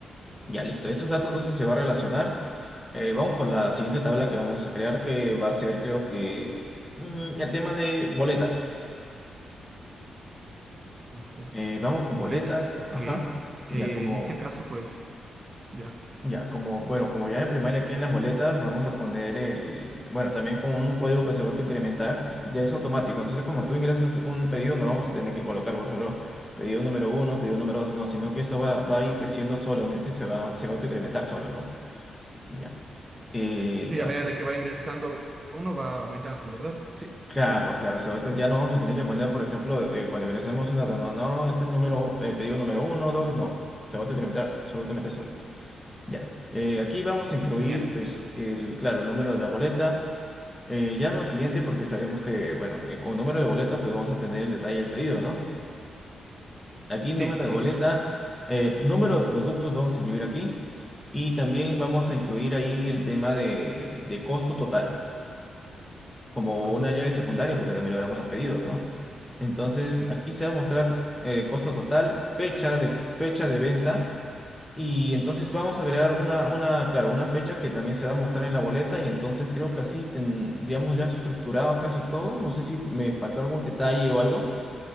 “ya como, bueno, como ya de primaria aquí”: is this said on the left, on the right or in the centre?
Centre